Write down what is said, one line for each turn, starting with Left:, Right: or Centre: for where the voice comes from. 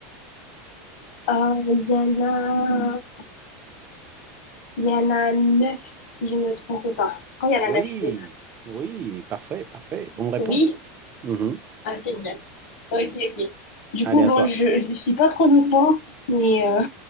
Left: Euh, Il y en a... il y en a neuf, si je ne me trompe pas. Je crois qu'il y en
Right: Oui,
Left: a neuf. Oui.
Right: oui, parfait, parfait. Bonne réponse.
Left: Oui.
Right: Mhm.
Left: Ah, c'est bien. Ok, ok. Du
Right: Allez,
Left: coup,
Right: à
Left: bon,
Right: toi.
Left: je ne suis pas trop de points, mais euh,